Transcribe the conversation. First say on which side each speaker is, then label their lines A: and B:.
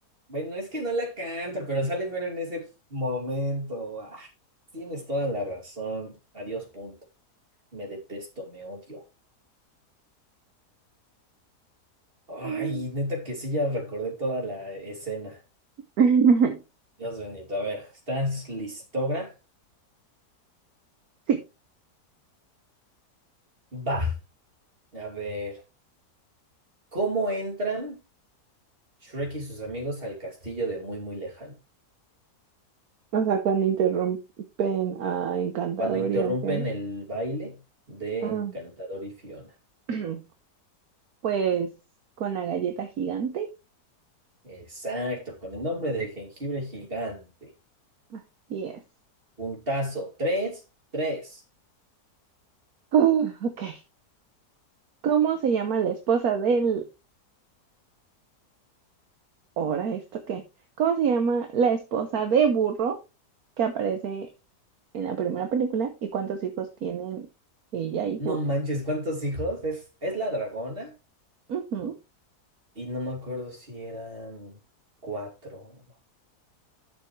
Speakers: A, on the right; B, on the right.
A: Bueno, es que no la canta, pero sale mero en ese momento. Ah, tienes toda la razón. Adiós, punto. Me detesto, me odio. Ay,
B: Ah.
A: neta que sí, ya recordé toda la escena.
B: <laughs>
A: Dios bendito. A ver, ¿estás listogra?
B: Sí.
A: Va. A ver, ¿cómo entran Shrek y sus amigos al castillo de muy, muy lejano?
B: O sea, cuando interrumpen a Encantador
A: Cuando interrumpen
B: y a Fiona.
A: el baile de
B: Ah,
A: Encantador y Fiona.
B: <clears throat> pues con la galleta gigante.
A: Exacto, con el nombre de jengibre gigante.
B: Así es.
A: Puntazo. Tres, tres.
B: Uh, ok. ¿Cómo se llama la esposa del... Ahora, ¿esto qué? ¿Cómo se llama la esposa de burro que aparece en la primera película y cuántos hijos tienen ella y
A: No
B: Burro.
A: manches, ¿cuántos hijos? Es, es la dragona.
B: Ujú.
A: Y no me acuerdo si eran cuatro.